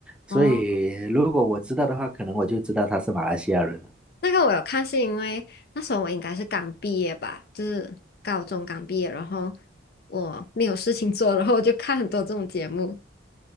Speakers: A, in the centre; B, on the left.
A: 所以如果我知道的话，
B: 哦，
A: 可能我就知道他是马来西亚人。
B: 那个我有看，是因为那时候我应该是刚毕业吧，就是高中刚毕业，然后我没有事情做，然后我就看很多这种节目。